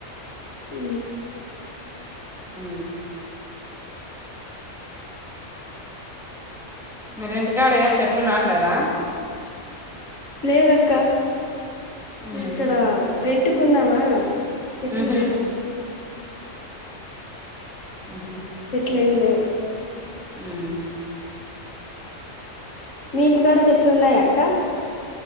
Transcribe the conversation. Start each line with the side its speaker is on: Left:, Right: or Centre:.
Left: ఉ
Centre: ఉ మ ఇంటికాడ ఏం చెట్లు నాట్లేద
Left: లేదక్క
Centre: ఉమ్
Left: ఇక్కడ రెంట్ <unintelligible> చెట్లు
Centre: ఉహు
Left: లేవు
Centre: హమ్
Left: ఇట్లు ఏం లేవు
Centre: మ్మ్
Left: మీ ఇంటి కూడా చెట్లు ఉన్నాయా అక్క